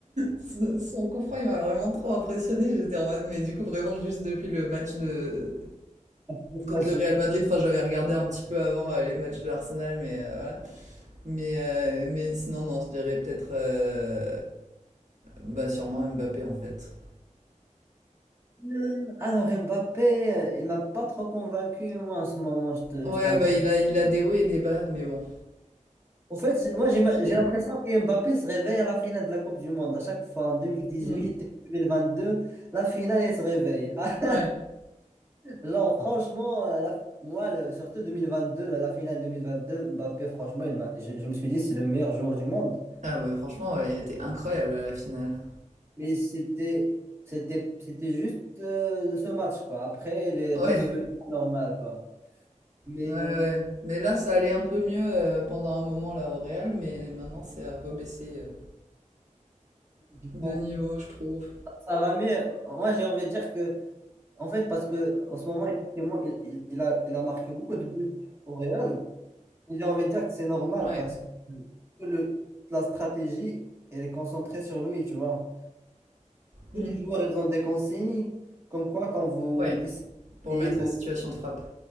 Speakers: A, on the right; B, on the right.
A: son, son coup franc, il m'a vraiment trop impressionné. J'étais en mode- mais du coup, vraiment, juste depuis le match de.
B: Dommage.
A: Contre le Real Madrid, enfin, j'avais regardé un petit peu avant euh, les matchs de Arsenal, mais euh, voilà. Mais, euh, mais sinon, non, je dirais peut-être. euh, Bah, sûrement Mbappé, en fait.
B: Euh, Alors, Mbappé, euh, il m'a pas trop convaincu, moi, en ce moment, je te-
A: Ouais,
B: je t'avoue.
A: bah, il a, il a des hauts et des bas, mais bon,
B: En fait, j- moi,
A: je
B: j'ai
A: suis fidèle.
B: j'ai l'impression que Mbappé se réveille à la finale de la Coupe du Monde. À chaque fois, en 2018,
A: Mm.
B: 2022, la finale, il se réveille. <laughs>
A: Ouais.
B: Genre, franchement, euh, la- moi, le- surtout 2022, la, la finale 2022, Mbappé, franchement, il m'a- je, je me suis dit, c'est le meilleur joueur du monde.
A: Ah bah franchement, ouais, il était incroyable à la finale.
B: Mais c'était, c'était, c'était juste euh, ce match, quoi. Après, il est
A: Ouais,
B: redevenu normal, quoi. Mais
A: ouais, ouais.
B: euh,
A: Mais là, ça allait un peu mieux euh, pendant un moment là au Real, mais maintenant c'est à rebaisser euh,
B: je
A: de
B: pense
A: niveau,
B: que
A: je trouve.
B: ça va mieux. Moi, j'ai envie de dire que, en fait, parce que en ce moment, effectivement, il, il- il a, il a marqué beaucoup de buts au Real. Et J'ai envie de dire que c'est normal
A: Ouais,
B: parce que le, la stratégie, elle est concentrée sur lui, tu vois.
A: Mm.
B: Tous les joueurs, ils ont des consignes, comme quoi quand vous
A: ouais,
B: essayez
A: pour le mettre
B: de...
A: en situation de frappe.